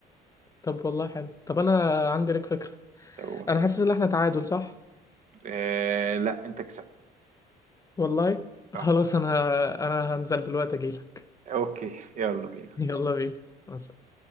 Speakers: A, on the left; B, on the right.
A: طب والله حلو طب انا عندي لك فكرة
B: طب
A: انا حاسس ان احنا تعادل صح
B: آه لا انت كسبت
A: والله
B: اه
A: خلاص انا انا هنزل دلوقتي اجيلك
B: اوكي يلا بينا
A: <laughs> يلا بينا مع السلامة.